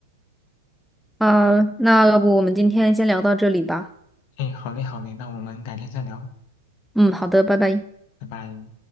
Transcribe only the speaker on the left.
哎，好嘞好嘞，那我们改天再聊，
拜拜。